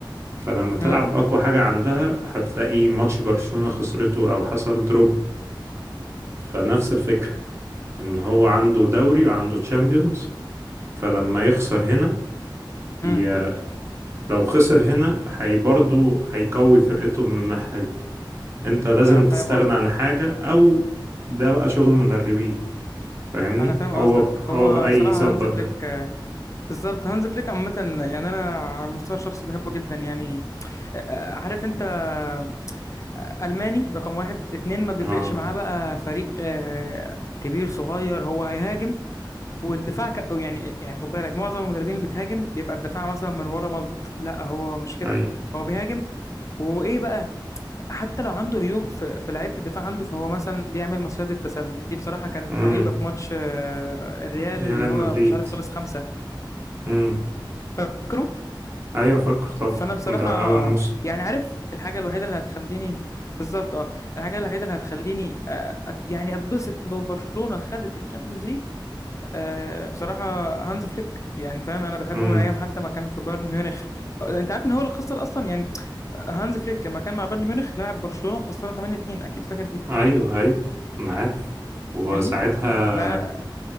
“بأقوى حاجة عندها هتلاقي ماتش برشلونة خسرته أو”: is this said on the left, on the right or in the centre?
Right